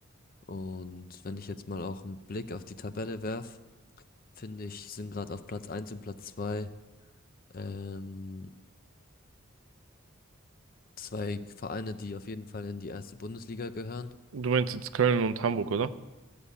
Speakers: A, on the left; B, on the right.
A: Und wenn ich jetzt mal auch einen Blick auf die Tabelle werf, finde ich, sind gerade auf Platz eins und Platz 2 ähm, zwei Vereine, die auf jeden Fall in die erste Bundesliga gehören.
B: Du meinst jetzt Köln und Hamburg, oder?